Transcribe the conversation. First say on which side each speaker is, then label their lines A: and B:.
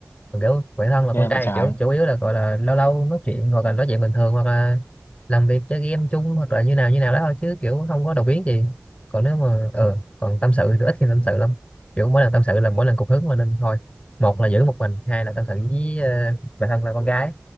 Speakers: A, on the left (about 25°); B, on the left (about 50°).
A: còn kiểu bản thân là
B: ghê
A: con
B: vậy
A: trai
B: trái
A: kiểu chủ yếu là gọi là lâu lâu nói chuyện hoặc là nói chuyện bình thường hoặc là làm việc chơi game chung hoặc là như nào như nào đó thôi chứ kiểu không có đầu biến gì còn nếu mà ờ còn tâm sự thì ít khi tâm sự lắm kiểu mỗi lần tâm sự là mỗi lần cục hứng mà nên thôi một là giữ một mình hai là tâm sự với ờ, bạn thân là con gái